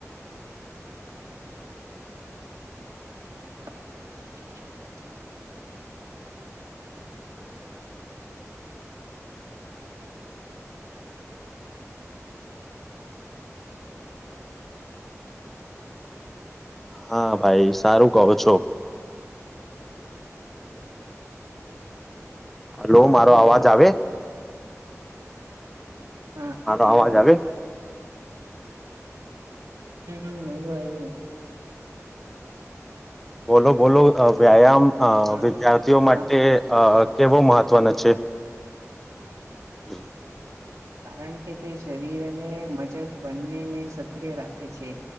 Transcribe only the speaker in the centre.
હા ભાઈ સારું કહો છો. હલો
મારો
અવાજ આવે?
મારો અવાજ આવે
બોલો બોલો વ્યાયામ અ
વિદ્યાર્થીઓ માટે
અ કેવો મહત્વનો છે? <inaudible>